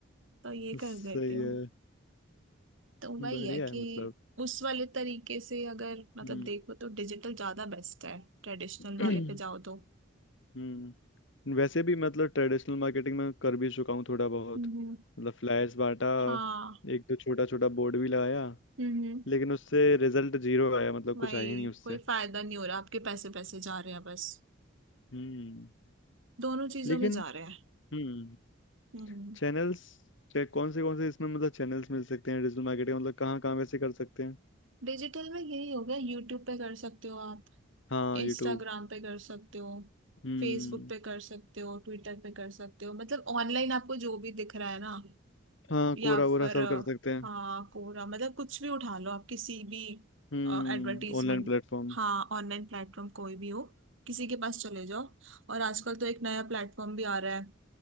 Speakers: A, on the right; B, on the left.
A: तो ये कर
B: सही
A: देती हूँ
B: है
A: तो वही
B: बढ़िया
A: है कि
B: है मतलब
A: उस वाले तरीके से अगर मतलब
B: हम्म
A: देखो तो डिजिटल ज्यादा बेस्ट है ट्रेडिशनल
B: <clears throat>
A: वाले पे जाओ तो
B: हम्म वैसे भी मतलब ट्रेडिशनल मार्केटिंग में कर भी चुका हूँ थोड़ा बहुत
A: हम्म
B: मतलब फ्लायर्स बांटा
A: हाँ
B: एक दो छोटा छोटा बोर्ड भी लगाया
A: हम्म
B: लेकिन उससे रिजल्ट जीरो आया मतलब
A: वही
B: कुछ आया ही नहीं उससे
A: कोई फायदा नहीं हो रहा आपके पैसे पैसे जा रहे हैं बस
B: हम्म
A: दोनों चीजों
B: लेकिन
A: में जा रहे हैं
B: हम्म
A: हम्म
B: चैनल्स कौन से कौन से इसमें मतलब चैनल्स मिल सकते हैं डिजिटल मार्केटिंग मतलब कहाँ कहाँ वैसे कर सकते हैं
A: डिजिटल में यही हो गया यूट्यूब पे कर सकते हो आप
B: हाँ
A: इंस्टाग्राम
B: यूट्यूब
A: पे कर सकते हो
B: हम्म
A: फेसबुक पे कर सकते हो ट्विटर पे कर सकते हो मतलब ऑनलाइन आपको जो भी दिख रहा है ना
B: हाँ
A: या
B: कोरा
A: फिर
B: वोरा सब
A: अ,
B: कर सकते हैं
A: हाँ कोरा मतलब कुछ भी उठा लो आप किसी भी
B: हम्म
A: एडवर्टीजमेंट
B: Online platform
A: हाँ ऑनलाइन प्लेटफॉर्म कोई भी हो किसी के पास चले जाओ और आजकल तो एक नया प्लेटफॉर्म भी आ रहा है